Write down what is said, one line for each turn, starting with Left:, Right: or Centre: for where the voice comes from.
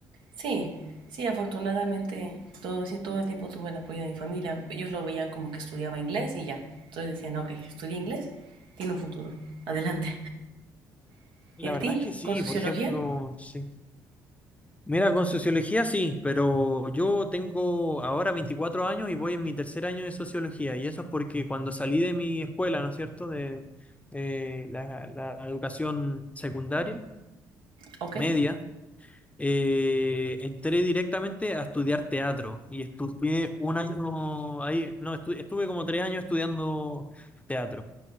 Right: Sí, sí, afortunadamente todo, sí, todo el tiempo tuve el apoyo de mi familia. Ellos lo veían como que estudiaba inglés y ya. Entonces decían, ok, estudia inglés, tiene un futuro, adelante. <laughs>
Left: La
Right: ¿Y a
Left: verdad
Right: ti?
Left: es que sí,
Right: ¿Con sociología?
Left: por ejemplo, sí. Mira, con sociología sí, pero yo tengo ahora 24 años y voy en mi tercer año de sociología, y eso es porque cuando salí de mi escuela, ¿no es cierto?, de eh, la, la educación secundaria,
Right: Ok,
Left: media, eh, entré directamente a estudiar teatro y estudié un año ahí, no, estu- estuve como tres años estudiando teatro.